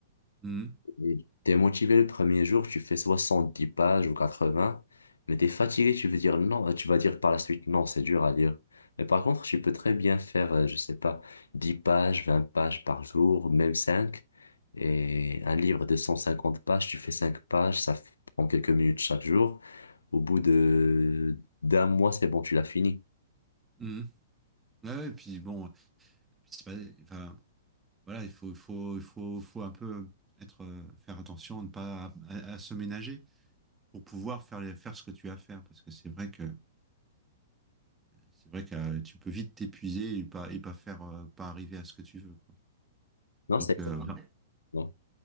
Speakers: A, on the right; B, on the left.
A: Mhm,
B: Et t'es motivé le premier jour, tu fais 70 pages ou 80, mais t'es fatigué, tu veux dire non, tu vas dire par la suite, non, c'est dur à lire. Mais par contre, tu peux très bien faire, euh, je sais pas, 10 pages, 20 pages par jour, même 5. Et un livre de 150 pages, tu fais 5 pages, ça f- prend quelques minutes chaque jour. Au bout de d'un mois, c'est bon, tu l'as fini.
A: mhm. Ouais, ouais, et puis bon, et puis c'est pas, enfin, voilà, il faut, il faut, il faut, faut un peu être, euh, faire attention à ne pas à, à se ménager pour pouvoir faire, les- faire ce que tu as à faire. Parce que c'est vrai que, c'est vrai que euh, tu peux vite t'épuiser et pas, et pas faire, euh, pas arriver à ce que tu veux.
B: Non,
A: Donc
B: c'est
A: euh, ouais.
B: exactement.